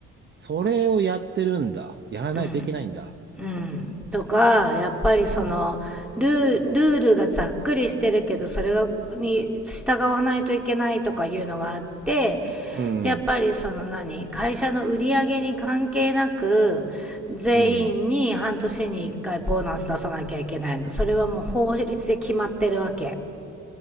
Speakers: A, on the right; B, in the centre.
A: それをやってるんだ。やらないといけないんだ。
B: うんうん、とか、やっぱりその、
A: うん
B: ルー、ルールがざっくりしてるけど、それが、に従わないといけないとかいうのがあって、
A: うん、
B: やっぱりその何、会社の売り上げに関係なく、全員に半年に一回ボーナス出さなきゃいけないの。
A: うん。
B: それはもう法律で決まってるわけ。